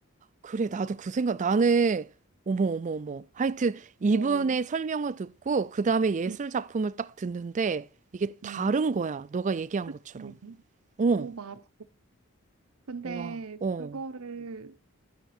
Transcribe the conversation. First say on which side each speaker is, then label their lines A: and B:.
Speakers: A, on the right; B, on the right.
A: 그래, 나도 그 생각, 나는, 어머, 어머, 어머. 하여튼, 이분의
B: 어,
A: 설명을 듣고, 그 다음에 예술
B: 음,
A: 작품을 딱 듣는데, 이게 다른
B: 음.
A: 거야. 너가 얘기한
B: 그치.
A: 것처럼. 어,
B: 오 맞아. 근데
A: 와, 어.
B: 그거를